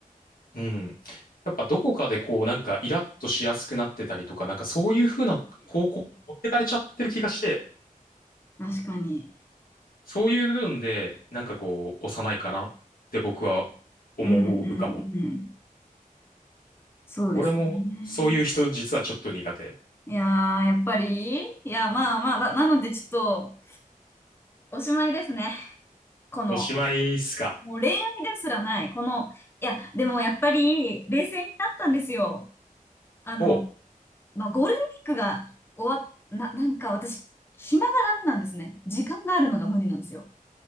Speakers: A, on the left; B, on the left.
A: う。うん。やっぱどこかでこうなんかイラッとしやすくなってたりとか、なんかそういう風な方向に持ってかれちゃってる気がして、
B: 確かに。
A: そういう部分でなんかこう幼いかなって僕は思うかも。
B: うん、うん、うん。そうですね。
A: 俺もそういう人実はちょっと苦手。
B: いやー、やっぱり、いや、まあまあ、だなのでちょっと、おしまいですね。この、
A: おしまいっすか。
B: もう恋愛ですらない。この、いや、でもやっぱり、冷静になったんですよ。あの、
A: お、
B: まあ、ゴールデンウィークが終わっ、な、なんか私、暇がダメなんですね。時間があるのが無理なんですよ。